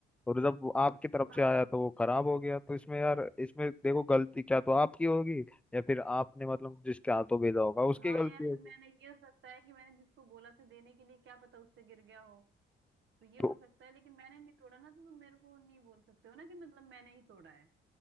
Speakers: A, in the centre; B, on the right.
A: और जब वो आपकी तरफ
B: हाँ
A: से आया तो वो खराब हो गया तो इसमें यार इसमें देखो गलती क्या तो आपकी होगी या फिर आपने मतलब जिसके हाथों भेजा होगा उसकी
B: हाँ
A: गलती
B: यार सर
A: होगी
B: मैंने ये हो सकता है कि मैंने जिसको बोला था देने के लिए क्या पता उससे गिर गया हो तो ये हो
A: तो
B: सकता है लेकिन मैंने नहीं तोड़ा ना तो तुम मेरे को नहीं बोल सकते हो ना कि मतलब मैंने ही तोड़ा है